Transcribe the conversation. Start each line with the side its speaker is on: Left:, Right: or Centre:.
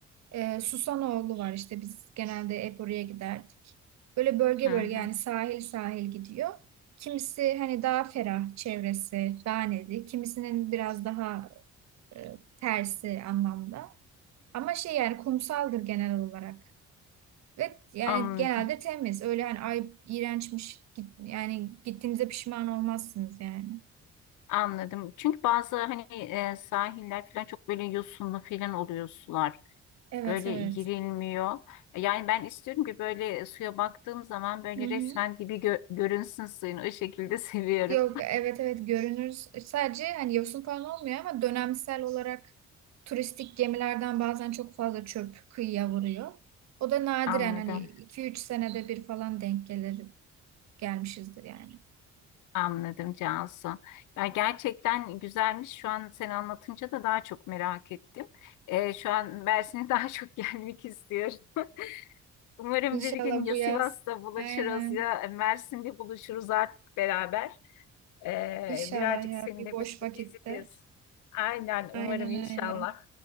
Right: E, Susanoğlu var işte biz genelde hep oraya giderdik. Böyle bölge
Left: Hı
Right: bölge yani
Left: hı.
Right: sahil sahil gidiyor. Kimisi hani daha ferah çevresi, daha nedir? Kimisinin biraz daha e, tersi anlamda. Ama şey yani kumsaldır genel olarak. Ve yani
Left: Anladım.
Right: genelde temiz. Öyle hani ay iğrençmiş git- yani gittiğinize pişman olmazsınız yani.
Left: Anladım. Çünkü bazı hani e, sahiller falan çok böyle yosunlu falan oluyor sular.
Right: Evet
Left: böyle
Right: evet.
Left: girilmiyor. Yani ben istiyorum ki böyle suya baktığım zaman böyle
Right: Hı hı.
Left: resmen dibi gö- görünsün suyun. O şekilde <laughs> seviyorum.
Right: Yok evet evet görünür. Sadece hani yosun falan olmuyor ama dönemsel olarak turistik gemilerden bazen çok fazla çöp kıyıya vuruyor. O da nadiren
Left: Anladım.
Right: hani iki üç senede bir falan denk gelir gelmişizdir yani.
Left: Anladım Cansu. Ya gerçekten güzelmiş. Şu an sen anlatınca da daha çok merak ettim. Ee, şu an Mersin'e <laughs> daha çok gelmek istiyorum. <laughs> Umarım
Right: İnşallah
Left: bir gün ya
Right: bu yaz.
Left: Sivas'ta buluşuruz
Right: Aynen.
Left: ya Mersin'de buluşuruz artık beraber. Ee,
Right: İnşallah
Left: birazcık
Right: ya
Left: seninle
Right: bir boş
Left: böyle
Right: vakitte.
Left: gezeriz. Aynen
Right: Aynen
Left: umarım inşallah.
Right: öyle.